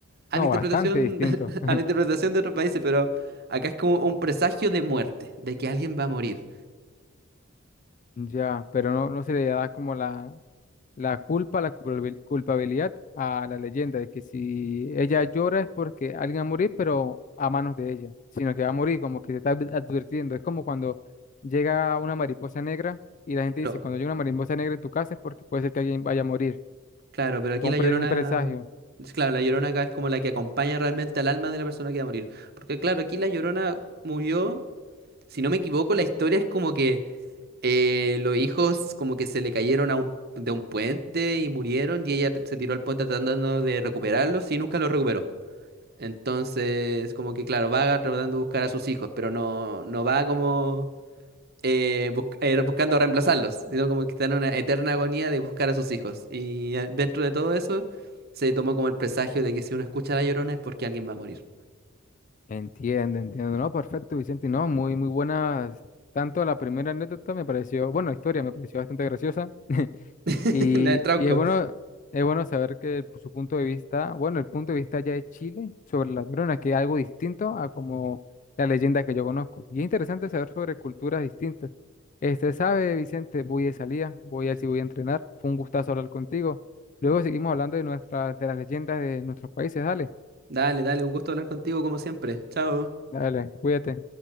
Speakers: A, on the right (about 50°); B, on the left (about 40°).
A: a
B: No,
A: la interpretación,
B: bastante distinto.
A: <laughs>
B: <laughs>
A: a la interpretación de otros países, pero acá es como un presagio de muerte, de que alguien va a morir.
B: Ya, pero no, no se le da como la, la culpa, la culpabil- culpabilidad a la leyenda de que si ella llora es porque alguien va a morir, pero a manos de ella, sino que va a morir, como que se está adv- advirtiendo. Es como cuando llega una mariposa negra y la gente
A: Pero,
B: dice, cuando llega una mariposa negra en tu casa es porque puede ser que alguien vaya a morir,
A: claro, pero aquí
B: como
A: la
B: un pre-
A: Llorona,
B: un presagio.
A: es claro, la Llorona acá es como la que acompaña realmente al alma de la persona que va a morir. Porque claro, aquí la Llorona murió, si no me equivoco, la historia es como que eh, los hijos como que se le cayeron a un, de un puente y murieron y ella se tiró al puente tratando de recuperarlos y nunca los recuperó. Entonces, como que claro, vaga tratando de buscar a sus hijos, pero no, no va como eh, busc- eh, buscando reemplazarlos, sino como que está en una eterna agonía de buscar a sus hijos. Y eh, dentro de todo eso, se tomó como el presagio de que si uno escucha a La Llorona es porque alguien va a morir.
B: Entiendo, entiendo. No, perfecto, Vicente. No, muy, muy buenas. Tanto la primera anécdota me pareció, bueno, la historia me pareció bastante graciosa. <laughs>
A: <laughs>
B: Y,
A: Dale, Trauco,
B: y es bueno, es bueno saber que pues, su punto de vista, bueno, el punto de vista ya de Chile sobre las neuronas, que es algo distinto a como la leyenda que yo conozco. Y es interesante saber sobre culturas distintas. Este, sabe, Vicente, voy de salida, voy a ver si voy a entrenar. Fue un gustazo hablar contigo. Luego seguimos hablando de nuestras, de las leyendas de nuestros países. Dale,
A: dale, dale, un gusto hablar contigo como siempre. Chao.
B: dale, cuídate.